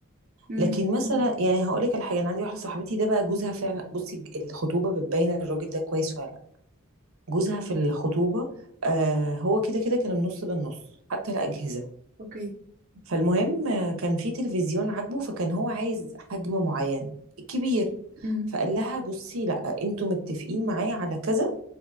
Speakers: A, on the right (about 40°); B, on the right (about 75°).
A: امم
B: لكن مثلا يعني هقول لك على حاجه انا عندي واحده صاحبتي ده بقى جوزها فعلا بصي الخطوبه بتبين الراجل ده كويس ولا لا جوزها في الخطوبه آه هو كده كده كان النص بالنص حتى الاجهزه
A: اوكي
B: فالمهم آه، كان في تلفزيون عاجبه فكان هو عايز حجم معين كبير
A: امم
B: فقال لها بصي لا انتوا متفقين معايا على كذا